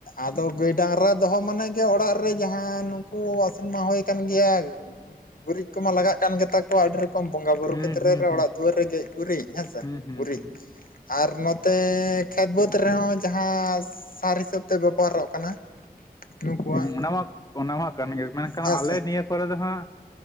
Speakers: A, on the left (about 65°); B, on the left (about 25°).
A: ᱟᱫᱚ ᱜᱟᱹᱭ ᱰᱟᱝᱨᱟ ᱫᱚᱦᱚ ᱢᱟᱱᱮ ᱜᱮ ᱚᱲᱟᱜ ᱨᱮ ᱡᱟᱦᱟᱸ ᱱᱩᱠᱩ ᱢᱟ ᱦᱩᱭ ᱠᱟᱱ ᱜᱮᱭᱟ ᱜᱩᱨᱤᱡ ᱠᱚᱢᱟ ᱞᱟᱜᱟᱜ ᱠᱟᱱ ᱜᱮᱛᱟ ᱠᱚᱣᱟ ᱟᱹᱰᱤ ᱨᱚᱠᱚᱢ ᱠᱚᱢ ᱵᱚᱸᱜᱟ ᱵᱵᱩᱨᱩ
B: ᱦᱩᱸ
A: ᱠᱷᱮᱛᱨᱮ
B: ᱦᱩᱸ
A: ᱨᱮ
B: ᱦᱩᱸ
A: ᱚᱲᱟᱜ ᱫᱩᱣᱟᱹᱨ ᱨᱮ ᱜᱮᱡ ᱜᱩᱨᱤᱡ ᱦᱮᱸ ᱥᱮ
B: ᱦᱩᱸ ᱦᱩᱸ
A: ᱜᱩᱨᱤᱡ
B: ᱦᱩᱸ
A: ᱟᱨ ᱱᱚᱛᱮ ᱠᱷᱮᱛ ᱵᱟᱹᱫᱽ ᱨᱮᱦᱚᱸ ᱡᱟᱦᱟᱸ ᱥᱟᱨ ᱦᱤᱥᱟᱹᱵ ᱛᱮ ᱵᱮᱵᱚᱦᱟᱨᱚᱜ ᱠᱟᱱᱟ᱾ ᱱᱩᱠᱩᱣᱟᱜ
B: ᱦᱮᱸ ᱚᱱᱟ ᱢᱟ ᱚᱱᱟ ᱢᱟ ᱠᱟᱱ ᱜᱮᱭᱟ ᱢᱮᱱᱠᱷᱟᱱ
A: ᱦᱮᱸ
B: ᱟᱞᱮ
A: ᱥᱮ
B: ᱱᱤᱭᱟᱹ ᱠᱚᱨᱮ ᱫᱚ ᱦᱟᱸᱜ